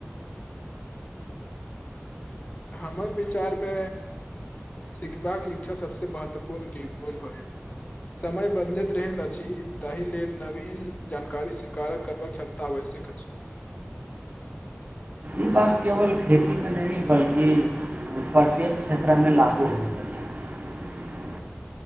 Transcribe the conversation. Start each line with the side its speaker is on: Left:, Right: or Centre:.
Left: हमर विचारमे सिखबाक इच्छा सभसे महत्वपूर्ण कोन होयत समय बदलैत रहल अछि ताहि लेल नवीन जानकारी स्वीकार करबाक क्षमता आवश्यक अछि
Right: ई बात केवल खेतीमे नहि बल्कि प्रत्येक क्षेत्रमे लागू होएत अछि <unintelligible>